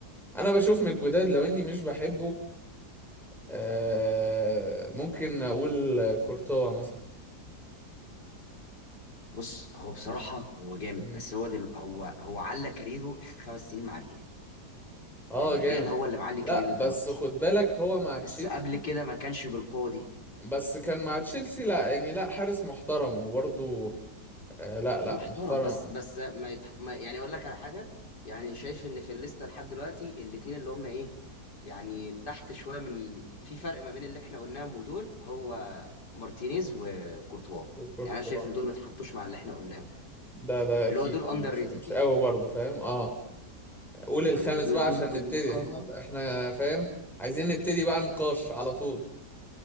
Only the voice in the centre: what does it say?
انا بشوف من الجداد لو اني مش بحبه آه، ممكن اقول كورتوا مثلا
مم.
اه
جامد
لا
بس خد بالك هو مع تشيلسي
بس كان مع تشيلسي لا يعني لا حارس محترم وبرضه آه لا لا
محترم
كورتوا
ده ده اكيد
يعني
مش
مش
قوي برضه فاهم اه قول
الخامس
بقى عشان
نبتدي احنا احنا فاهم عايزين نبتدي بقى نقاش على طول